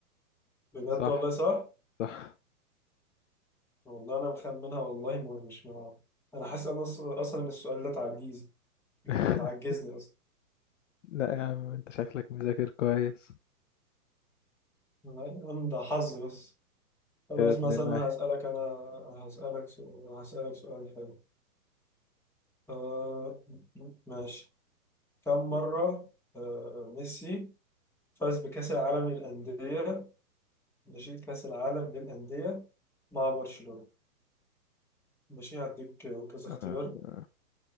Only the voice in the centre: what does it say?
بجد
والله صح؟
والله انا مخمنها والله م- مش مع انا حاسس أنا أص- اصلا إن السؤال ده تعجيز بتعجزني
اصلا
انا أنا ده حظ بس خلاص
مثلا
أنا هسألك انا هسألك سؤال هسألك سؤال حلو آه ماشي كم مرة آه، ميسي فاز بكأس العالم للأندية ماشي كأس العالم للأندية مع برشلونة ماشي هديك آه، كذا اختيار